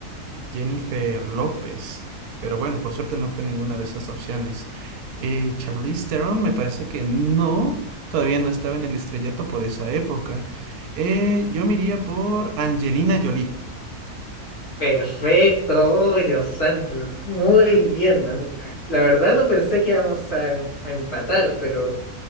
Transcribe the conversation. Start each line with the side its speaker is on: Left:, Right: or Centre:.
Right: Jennifer López, pero bueno, por suerte no fue ninguna de estas opciones. Eh, Charlize Theron me parece que no, todavía no estaba en el estrellato por esa época. Eh, yo me iría por Angelina Jolie.
Left: Perfecto, oh, Dios santo, lo- muy bien. an- La verdad no pensé que íbamos a, em- a empatar, pero